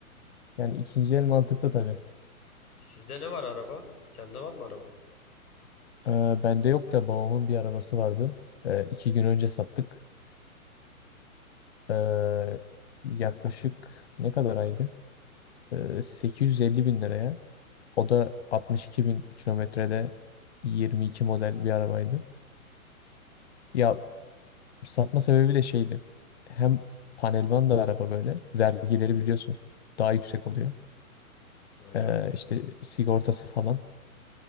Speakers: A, on the left; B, on the left.
A: Yani ikinci el mantıklı tabii.
B: Sizde ne var araba? Sende var mı araba?
A: Ee, bende yok da babamın bir arabası vardı. Ee, iki gün önce sattık. Ee, yaklaşık ne kadar aydı? Ee, 850 bin liraya. O da 62 bin kilometrede 22 model bir arabaydı. Ya satma sebebi de şeydi. Hem panelvan da araba böyle. Vergileri biliyorsun daha yüksek oluyor.
B: Öyle
A: Ee,
B: mi?
A: işte sigortası falan.